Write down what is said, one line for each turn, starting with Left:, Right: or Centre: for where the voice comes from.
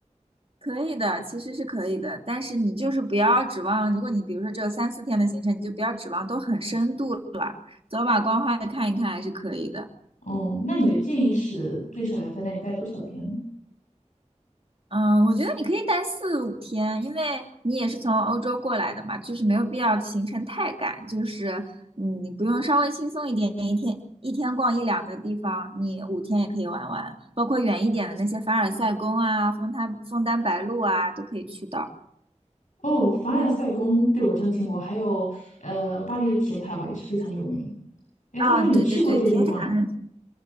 Right: 可以的，其实是可以的，但是你就是不要指望，如果你比如说只有三四天的行程，你就不要指望都很深度了，走马观花的看一看还是可以的。
Left: 哦，那你的建议是最少要在那里待多少天呢？
Right: 嗯，我觉得你可以待四五天，因为你也是从欧洲过来的嘛，就是没有必要行程太赶，就是嗯，你不用稍微轻松一点，一天一天逛一两个地方，你五天也可以玩完，包括远一点的那些凡尔赛宫啊、枫丹枫丹白露啊，都可以去到。
Left: 哦，凡尔赛宫，对，我真的听过，还有呃，巴黎的铁塔吧，也是非常有名。诶，
Right: 啊，
Left: 话说你去过这些地方吗
Right: 对对对，铁塔那